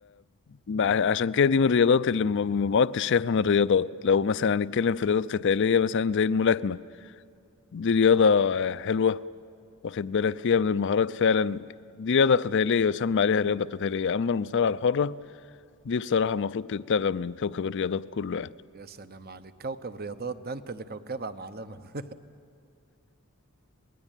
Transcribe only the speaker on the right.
يا سلام عليك كوكب رياضات ده انت اللي كوكبها معلمه <laughs>